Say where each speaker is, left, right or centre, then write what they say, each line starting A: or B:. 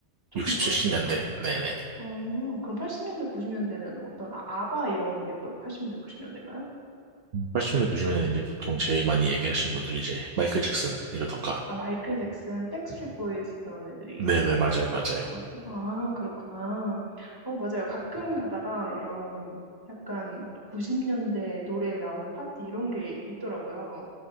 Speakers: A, on the right; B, on the right.
A: 조금
B: 60,
A: 더
B: 70년대,
A: 전인가요?
B: 네네네.
A: 어, 그럼 80년대, 90년대는 어떤 아, 아바 이런 게 또 80년대, 90년대인가요?
B: 80년대, 90년대 이제 보통 제일 많이 얘기하신 분들이 이제 마이클 잭슨 이러던가.
A: 아, 마이클 잭슨, 백스트리트 보이즈 이런 애들이.
B: 네네, 맞아요, 맞아요.
A: 어, 아, 그렇구나. 어, 맞아요. 가끔 가다가 이런 약간 90년대 노래에 나오는 파티 이런 게 있더라고요.